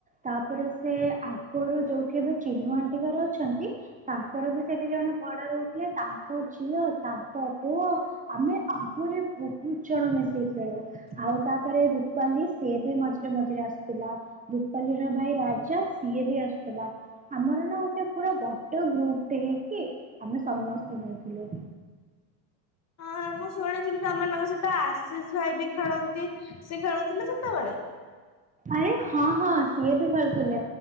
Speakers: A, on the right; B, on the left.
A: ତାପରେ ସେ ଆଗରୁ ଯୋଉଠି ଏବେ ଚିନୁ ଆଣ୍ଟି ଘର ଅଛନ୍ତି ତାଙ୍କର ବି ସେଠି ଜଣେ ଭଡା ରହୁଥିଲେ ତାଙ୍କ ଝିଅ ତାଙ୍କ ପୁଅ ଆମେ ଆହୁରି ବହୁତ ଜଣ ମିଶିକି ଖେଳୁ ଆଉ ତାପରେ ରୁପାଲି ସିଏ ବି ମଝିରେ ମଝିରେ ଆସୁଥିଲା ରୁପାଲି ର ଭାଇ ରାଜା ସିଏ ବି ଆସୁଥିଲା ଆମର ନା ଗୋଟେ ପୁରା ବଡ ଗ୍ରୁପ ଟେ ହେଇକି ଆମେ ସମସ୍ତେ ମିଲୁଥିଲୁ।
B: ହଁ ମୁଁ ଶୁଣିଥିଲି ତମ ମାନଙ୍କ ସହିତ ଆଶିଷ ଭାଇ ବି ଖେଳନ୍ତି ସେ ଖେଳୁଥିଲେ ସେତେବେଳେ?
A: ଆରେ ହଁ ହଁ ସିଏ ବି ଖେଳୁଥିଲେ